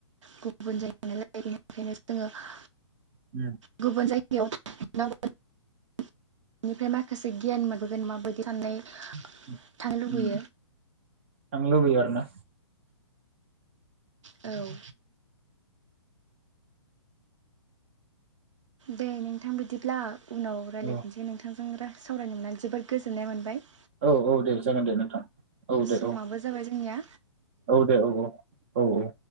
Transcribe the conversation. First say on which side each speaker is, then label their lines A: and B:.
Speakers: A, on the right; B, on the right.
A: गुबुन जायो नालाय। <unintelligible>
B: उम।
A: गुबुन जायगायाव <unintelligible> बेनिफ्राय माखासे गियान मोनबोगोन माबायदि साननाय
B: उम
A: थानो लुबैयो।
B: उम थांनो लुगैयो आरो ना?
A: औ दे नोंथां बिदिब्ला उनाव रायलायफिनसै
B: औ
A: नोंथांजों रा सावरायनो मोननानै जोबोद गोजोननाय मोनबाय।
B: औ औ दे जागोन दे नोंथां औ दे
A: समाबो
B: औ
A: जाबाय जोंनिया
B: औ दे औ औ औ औ